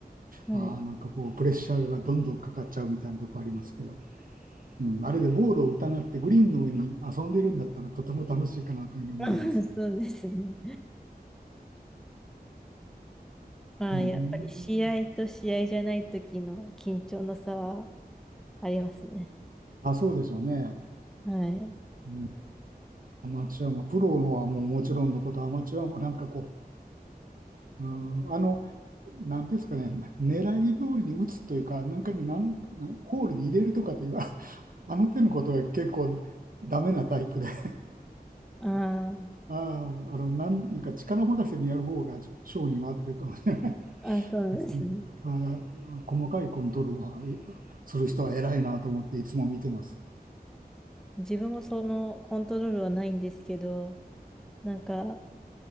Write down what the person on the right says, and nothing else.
あーなんかこう、プレッシャーがどんどんかかっちゃうみたいなとこありますけど、うん、あれでボールを打たなくてグリーンの上に遊んでるんだったらとても楽しいかなというふうに思います。
うん。
あ、そうでしょうね。
うん、アマチュアも、プロのはもうもちろんのこと、アマチュアもなんかこう、うん、あの、なんていうんですかね、狙い通りに打つというか、なんかになんなんホールに入れるとかという、<laughs> ああの手のことが結構ダメなタイプで、あ
あ、あの、なん、なんか力任せにやる方が性には合ってるかもしれない。
ですね。はい。細かいコントロールはえする人は偉いなと思っていつも見てます。